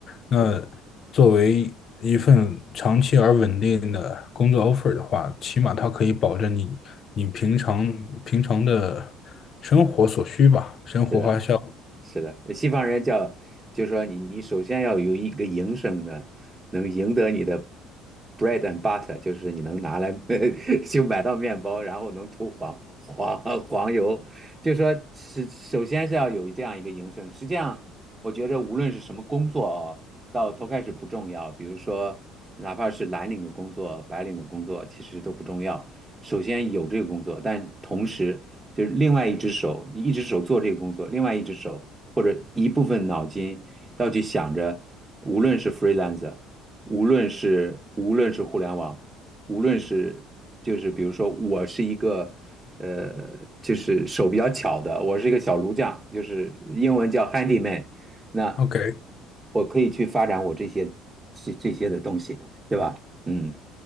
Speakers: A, on the left (about 50°); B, on the right (about 20°).
A: 那作为一份长期而稳定的工作
B: 是的，
A: offer 的话，起码它可以保证你你平常平常的生活所需吧，生活花销。
B: 是的。是的，西方人叫，就是说你你首先要有一个营生的，能赢得你的 bread and butter，就是你能拿来 <laughs> 就买到面包，然后能涂黄黄 <laughs> 黄油，就是说是首先是要有这样一个营生。实际上，我觉着无论是什么工作哦，到头开始不重要，比如说哪怕是蓝领的工作、白领的工作，其实都不重要。首先有这个工作，但同时就是另外一只手，一只手做这个工作，另外一只手。或者一部分脑筋要去想着，无论是 freelancer，无论是无论是互联网，无论是就是比如说我是一个呃，就是手比较巧的，我是一个小炉匠，就是英文叫 handyman，那
A: OK，
B: 我可以去发展我这些这这些的东西，对吧？嗯，